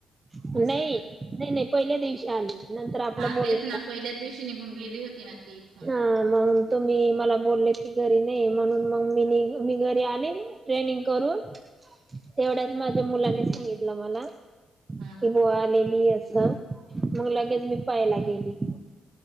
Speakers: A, on the right; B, on the right.
A: नाही,
B: असं का
A: नाही, नाही पहिल्या दिवशी आली. नंतर आपलं
B: हा
A: बोल
B: तेच ना पहिल्याच दिवशी निघून गेली होती ना ती इथून.
A: हा, मग तुम्ही मला बोल, घरी नाही म्हणून म म मी घरी आली ट्रेनंग करून- तेवढ्यात माझ्या मुलांनी सांगितलं मला
B: हा
A: की बो आलेली अस- मग लगेच मी- पयला गेली,